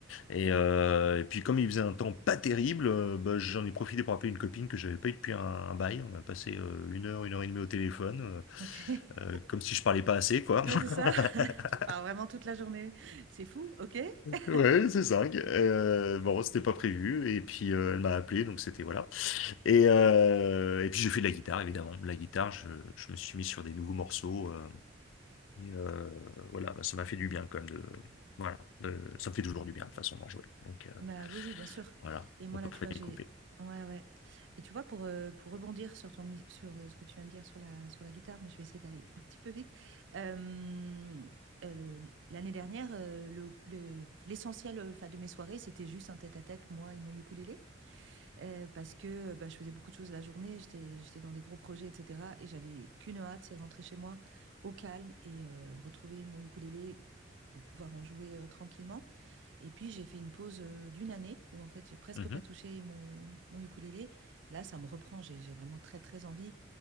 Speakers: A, on the left; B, on the right.
A: Et, euh, et puis comme il faisait un temps pas terrible, euh, bah, j'en ai profité pour appeler une copine que j'avais pas eu depuis un, un bail. On a passé euh, une heure, une heure et demie au téléphone, euh,
B: Ok. <laughs>
A: euh, comme si je parlais pas assez, quoi.
B: Ouais, c'est ça.
A: <laughs>
B: <laughs> Tu parles vraiment toute la journée. C'est fou, ok? <laughs>
A: Ouais, c'est dingue. Euh, bon, c'était pas prévu. Et puis euh, elle m'a appelé, donc c'était voilà. Et, euh, et puis j'ai fait de la guitare, évidemment. La guitare, je, je me suis mis sur des nouveaux morceaux. euh, et euh, voilà, bah, ça m'a fait du bien quand même de. Voilà, de- ça me fait toujours du bien de toute façon d'en jouer. Donc euh,
B: Bah oui, oui, bien sûr.
A: voilà,
B: Et moi,
A: on peut
B: là, tu
A: pas
B: vois, j'ai...
A: les couper.
B: Ouais, ouais. Et tu vois, pour, euh, pour rebondir sur ton, i- sur euh, ce que tu viens de dire sur la, sur la guitare, mais je vais essayer d'aller un petit peu vite. Euh, euh, le- l'année dernière, euh, le, le- l'essentiel, euh, 'fin, de mes soirées, c'était juste un tête-à-tête, moi et mon ukulélé. Heu, parce que, bah, je faisais beaucoup de choses la journée, j'étais j'étais dans des gros projets et cetera et j'avais qu'une hâte, c'est rentrer chez moi au calme et heu, retrouver mon ukulélé pour pouvoir en jouer, heu, tranquillement et puis j'ai fait une pause, heu, d'1 année où en fait j'ai presque
A: Mhm,
B: pas touché mon mon ukulélé. Et Là, ça me reprend, j'ai j'ai vraiment très, très envie